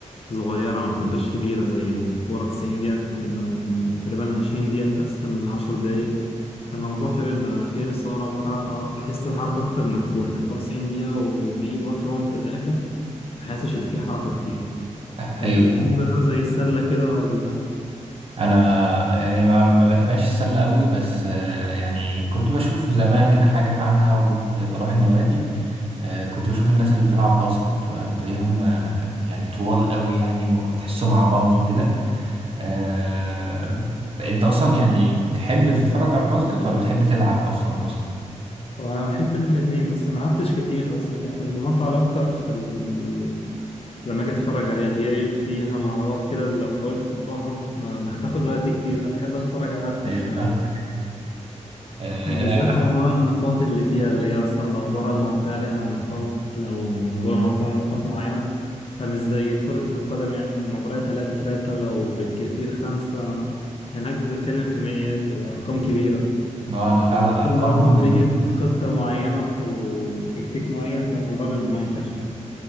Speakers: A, on the left; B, on the right.
A: صغيرة ما بتبقاش كبيرة زي الكورة 90 دقيقة بتبقى تقريبا 20 دقيقة تقسم لعشر دقايق فالموضوع فيها بيبقى فيها إثارة وحركة بحس الحركة أكتر من الكورة الكورة 90 دقيقة وبيجيبوا آخرهم في الآخر مبحسش اللي فيه حركة كتير
B: آه
A: فأنت
B: ايوه
A: بتحب
B: فاهم.
A: الرياضة زي السلة كده ولا لأ؟
B: انا يعني ما, ما بتابعش السلة قوي بس آه يعني كنت بشوف زمان كده حاجات عنها وكنت بروح النوادي آه كنت بشوف الناس اللي بتلعب باسكت وقد ايه هم آه، يعني طوال قوي يعني وتحسهم عمالقة كده آه... انت اصلا يعني بتحب تتفرج على الباسكت ولا بتحب تلعب اصلا باسكت
A: وانا بحب الاتنين بس ما لعبتش كتير بس كانت المتعة الاكتر في ال... لما اجي اتفرج عليها اللي هي ايه فيها مهارات كده لو حاولت تطبقها ما هتاخد وقت كتير فانا احب اتفرج عليها اكتر
B: ايوه
A: شوية
B: فاهم آه...
A: وبالذات
B: انا انا
A: موضوع النقاط اللي فيها اللي هي اصلا لو بره المنطقة ليها نقاط لو من جوه المنطقة ليها نقاط معينة فمش زي كرة القدم يعني المباراة تلاتة تلاتة لو بالكتير خمسة هناك بتتكلم في ميات وأرقام كبيرة
B: ما انا فعلا
A: وكل
B: ارقامهم
A: رقم
B: بتبقى
A: بيجي بخطة معينة ف- وتكتيك معين فالموضوع بيبقى ممتع شوية